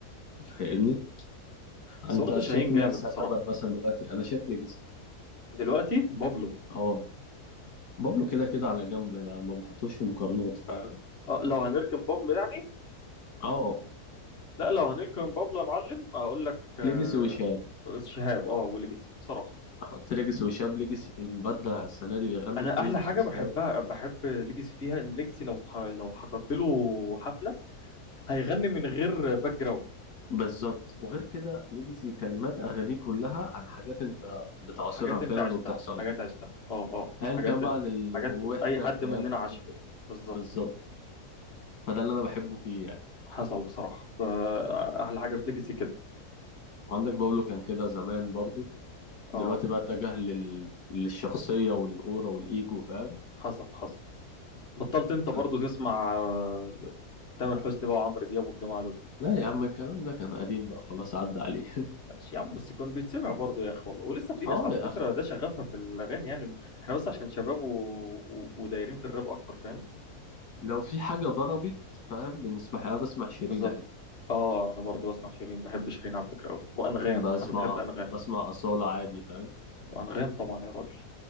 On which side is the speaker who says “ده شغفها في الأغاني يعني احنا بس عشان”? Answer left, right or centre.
Left